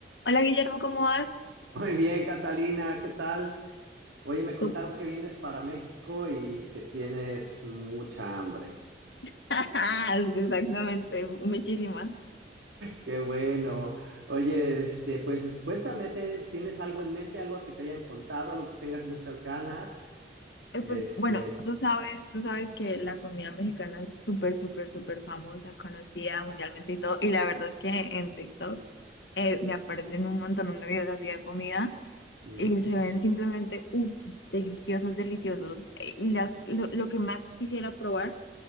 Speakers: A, on the left; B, on the right.
A: Hola Guillermo, ¿cómo vas?
B: Muy bien, Catalina, ¿qué tal? Oye, me contaron
A: Tú.
B: que vienes para México y que tienes mucha hambre.
A: <laughs> Ajá, Sí, Exactamente, muchísima.
B: Qué bueno. Oye, este, pues cuéntame, ¿te- ¿tienes algo en mente, algo que te hayan contado, algo que tengas muchas ganas?
A: Eh,
B: Este,
A: pues bueno, tú sabes, tú sabes que la comida mexicana es súper, súper, súper famosa, conocida mundialmente y todo. Y la verdad es que en TikTok eh, me aparecen un montón de videos así de comida
B: mm,
A: y se ven simplemente, uff, deliciosos, deliciosos. Eh, Y las, lo, lo que más quisiera probar.